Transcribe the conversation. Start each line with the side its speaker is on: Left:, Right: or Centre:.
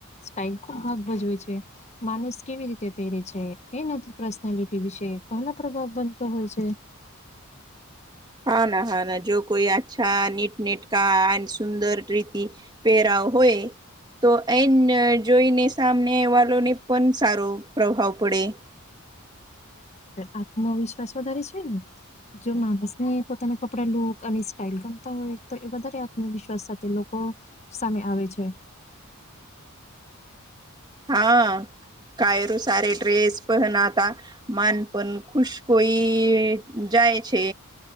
Left: સ્ટાઇલ ખુબ ભાગ ભજવે છે માણસ કેવી રીતે પહેરે છે કે નથી પર્સનાલિટી વિશે પહેલા પ્રભાવ બનતો હોય છે
Right: હા ના હા ના જો કોઈ અચ્છા નીટનેટ કા સુંદર રીતિ પેરાવ હોય તો એ જોઈને સામને વાલોને પણ સારો પ્રભાવ પડે
Left: આત્મવિશ્વાસ વધારે છે ને જો માણસ પોતાના કપડા લુક અને સ્ટાઇલ ગમતા હોય તો એ વધારે આત્મવિશ્વાસ સાથે લોકો સામે આવે છે
Right: હા કાયરું સારી ડ્રેસ પણ હતા માન પણ ખુશ કોઈ જાય છે